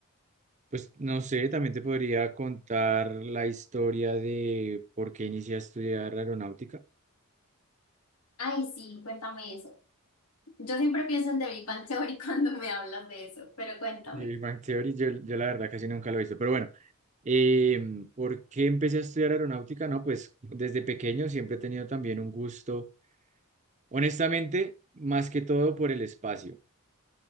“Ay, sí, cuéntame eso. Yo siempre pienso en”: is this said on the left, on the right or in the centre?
Left